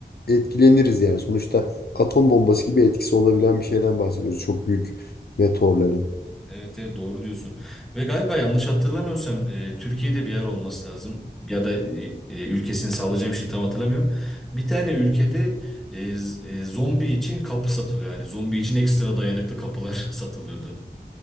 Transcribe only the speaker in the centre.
Evet, evet doğru diyorsun. Ve galiba yanlış hatırlamıyorsam e, Türkiye'de bir yer olması lazım. Ya da e, e, ülkesini sallayacağım şimdi tam hatırlamıyorum. Bir tane ülkede e, z- e, zombi için kapı satılıyor. Yani zombi için ekstra dayanıklı kapılar <laughs> satılıyordu.